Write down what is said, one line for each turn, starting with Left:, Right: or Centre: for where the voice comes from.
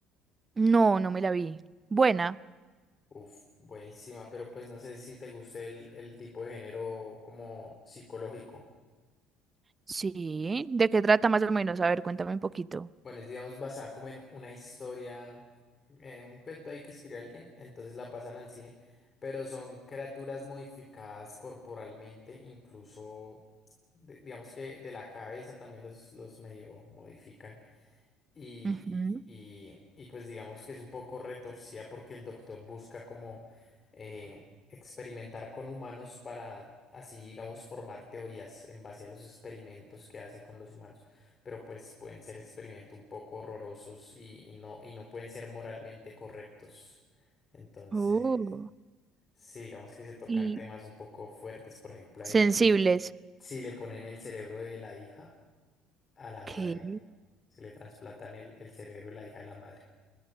Right: no, no me la vi. Buena.
Left: Uf, buenísima, pero pues no sé si te guste el, el tipo de género como psicológico.
Right: Sí. ¿De qué trata más o menos? A ver, cuéntame un poquito.
Left: Bueno, es digamos basada como en una historia, en un cuento ahí que escribió alguien, entonces la pasan al cine, pero son criaturas modificadas corporalmente, incluso de- digamos que de la cabeza también los, los medio modifican. Y,
Right: Ujú.
Left: y, y, y, pues digamos que es un poco retorcida porque el doctor busca como eh, experimentar con humanos para así, digamos, formar teorías en base a los experimentos que hace con los humanos. Pero pues pueden ser experimentos un poco horrorosos y, y no, y no pueden ser moralmente correctos. Entonces,
Right: Oh.
Left: sí, digamos que se tocan
Right: y
Left: temas un poco fuertes. Por ejemplo, hay
Right: sensibles.
Left: una que si le ponen el cerebro de la hija a la madre.
Right: ¿Qué?
Left: Se le trasplantan el, el cerebro de la hija a la madre.